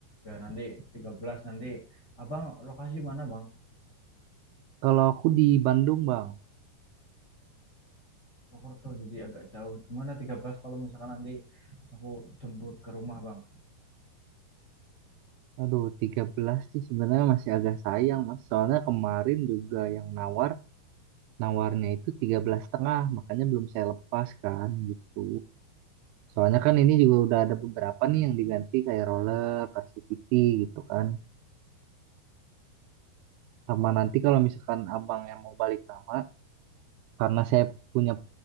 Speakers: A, on the left; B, on the right.
A: Ya nanti tiga belas nanti Abang lokasi mana Bang
B: Kalau aku di Bandung Bang.
A: Purwokerto jadi agak jauh. Gimana 13 kalau misalkan nanti aku jemput ke rumah, Bang?
B: Aduh, 13 sih sebenarnya masih agak sayang Mas. Soalnya kemarin juga yang nawar nawarnya itu 13 setengah, makanya belum saya lepas kan gitu. Soalnya kan ini juga udah ada beberapa nih yang diganti kayak roller, Varsity gitu kan. Sama nanti kalau misalkan abang yang mau balik nama, karena saya punya